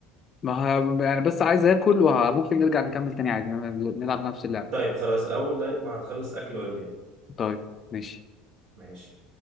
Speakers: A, on the left; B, on the right.
A: ما ه... يعني بس عايز آكل وممكن نرجع نكمل تاني عادي يعني نلعب نفس اللعبة
B: طيب خلاص اول طيب ما هتخلص اكل ولا ايه
A: طيب ماشي
B: ماشي